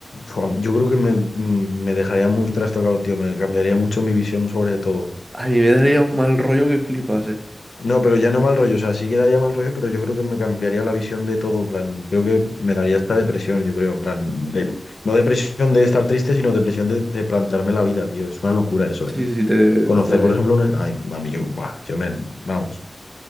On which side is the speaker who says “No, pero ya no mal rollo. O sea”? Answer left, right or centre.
Left